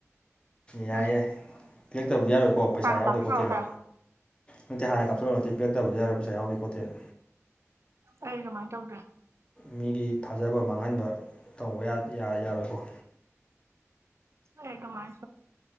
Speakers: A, on the left (about 20°); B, on the right (about 60°).
A: ꯌꯥꯏ
B: ꯎꯝ
A: ꯌꯥꯏ ꯄꯤꯔꯛꯇꯕꯗꯤ ꯌꯥꯔꯣꯏꯀꯣ ꯄꯩꯁꯥ
B: ꯍꯥꯟꯅ
A: ꯌꯥꯎꯗꯦ
B: ꯀꯥꯞꯁꯤꯜꯂꯛꯑꯣ
A: ꯈꯣꯠꯇꯦꯅ ꯅꯠꯇꯦ ꯍꯥꯟꯅ ꯀꯥꯞꯆꯔꯛꯑꯣ ꯅꯠꯇꯦ ꯄꯤꯔꯛꯇꯕꯗꯤ ꯌꯥꯔꯣꯏ ꯄꯩꯥꯁꯥ ꯌꯥꯎꯗꯦ ꯈꯣꯠꯇꯦꯅ
B: ꯑꯩꯗꯤ ꯗꯨꯃꯥꯏ ꯇꯧꯗꯦ
A: ꯃꯤꯒꯤ ꯊꯥꯖꯕ ꯃꯥꯡꯍꯟꯕ ꯇꯧꯕ ꯌꯥꯠ ꯌ ꯌꯥꯔꯣꯏꯀꯣ
B: ꯑꯩ ꯑꯗꯨꯃꯥꯏꯟ